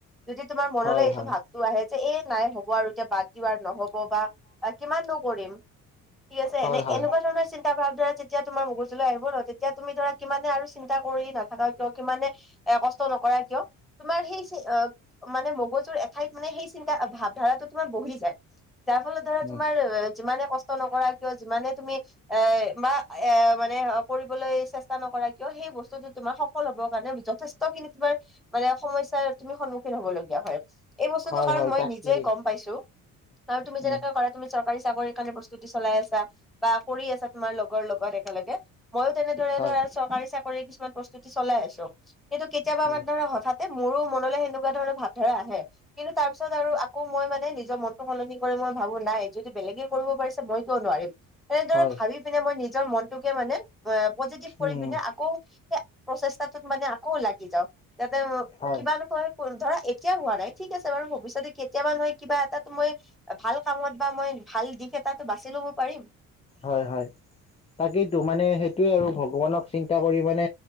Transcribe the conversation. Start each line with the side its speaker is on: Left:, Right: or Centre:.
Centre: যদি তোমাৰ মনলৈ
Left: হয়
Centre: এইটো
Left: হয়
Centre: ভাৱটো আহে যে এই নাই হ'ব আৰু বাকী বাৰ নহ'ব বা কিমাননো কৰিম ঠিক আছে
Left: হয়
Centre: এনে
Left: হয়
Centre: এনেকুৱা ধৰণৰ চিন্তা ভাৱ ধাৰ যেতিয়া তোমাৰ মুগজলৈ আহিব ন, তেতিয়া তুমি ধৰা কিমানে আৰু চিন্তা কৰি নাথাকা কিয় কিমানে- এ কষ্ট নকৰা কিয়? তোমাৰ সেই মানে মগজুৰ এঠাইত মানে সেই চিন্তা ভাৱধাৰাটো তোমাৰ বহি যায়। যাৰ ফলত ধৰা
Left: উম
Centre: তোমাৰ যিমানে কষ্ট নকৰা কিয় যিমানে তুমি এ বা- এ মানে কৰিবলৈ চেষ্টা নকৰা কিয় সেই বস্তুটো তোমাৰ সফল হব কাৰণে যথেষ্ট খিনি তোমাৰ মানে সমস্যাৰ তুমি সন্মুখীন হ'ব লগীয়া হয় এই বস্তুটো
Left: হয়
Centre: কাৰণ
Left: হয়
Centre: মই
Left: তাকেই
Centre: নিজে গম পাইছো আৰু তুমি যেনেকে
Left: উম
Centre: কৰা তুমি চৰকাৰী চাকৰি কাৰণে প্ৰস্তুতি চলাই আছা বা কৰি আছা তোমাৰ লগৰ লগত একেলগে ময়ো তেনেদৰে
Left: হয়
Centre: ধৰা চৰকাৰী চাকৰি কিছুমান প্ৰস্তুতি চলাই আছো কিন্তু কেতিয়াবা
Left: হয়
Centre: আমাৰ ধৰা হঠাৎ এ মোৰো মনলে সেনেকুৱা ধৰণৰ ভাৱধাৰা আহে। কিন্তু তাৰ পিছত আৰু আকৌ মই মানে নিজৰ মনটো সলনি কৰি মই ভাবো নাই যদি বেলেগে কৰিব পাৰিছে মই কিয় নোৱাৰিম এনেদৰে
Left: হয়
Centre: ভাবি পিনে মই নিজৰ মনটোকে মানে মই পজিটিভ কৰি
Left: উম
Centre: পিনে আগ আকৌ সেই প্ৰচেষ্টাটোত মানে আকৌ লাগি যাও যাতে
Left: হয়
Centre: কিবা নহয় ধৰা এতিয়া হোৱা নাই ঠিক আছে বাৰু ভৱিষ্যতে কেতিয়াবা নহয় কিবা এটাটো মই ভাল কামত বা মই ভাল দিশ এটাটো বাচি লব পাৰিম।
Left: হয় হয় তাকেইতো মানে সেইটোৱে আৰু ভগৱানক চিন্তা কৰি মানে